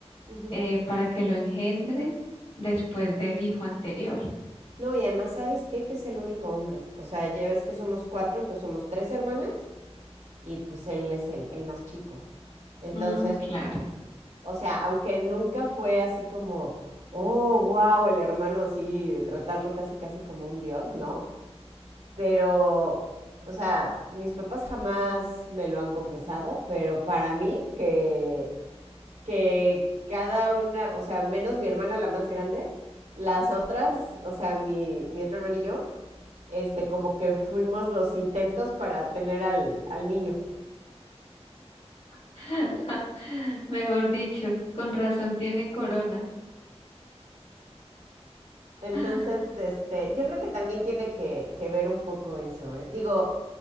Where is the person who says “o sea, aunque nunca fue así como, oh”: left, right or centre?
Right